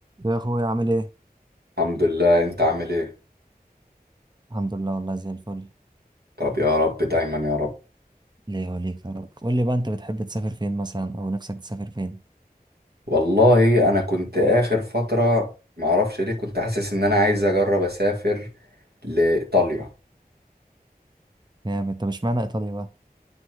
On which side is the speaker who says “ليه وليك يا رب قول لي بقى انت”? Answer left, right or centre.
Right